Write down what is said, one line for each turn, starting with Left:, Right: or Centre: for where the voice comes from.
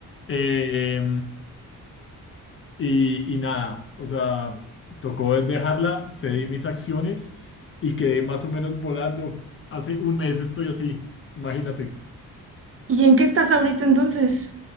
Left: Eh, y, y nada, o sea, tocó dejarla, cedí mis acciones y quedé más o menos volando. Hace un mes estoy así, imagínate.
Right: ¿Y en qué estás ahorita entonces?